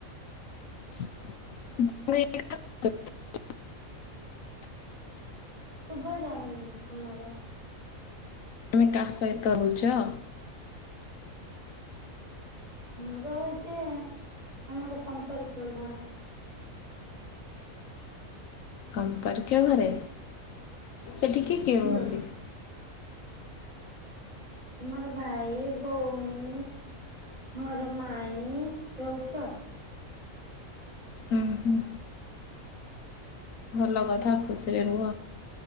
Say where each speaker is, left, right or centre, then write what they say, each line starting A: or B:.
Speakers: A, on the left; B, on the right.
A: <unintelligible>
B: ସୁଭା ଯାଉନି ଆମର।
A: ତୁମେ କାହା ସହିତ ରହୁଛ?
B: ମୋର ହଉଛି ଆମର ସମ୍ପର୍କୀୟ ଘରେ।
A: ସମ୍ପର୍କୀୟ ଘରେ ସେଠି କିଏ କିଏ
B: ହୁଁ
A: ରୁହନ୍ତି।
B: ତୁମର ଭାଇ ଭଉଣୀ ମୋର ମାଇଁ ରହୁଛୁ ଆ।
A: ହୁଁ ହୁଁ। ଭଲ କଥା ଖୁସିରେ ରୁହ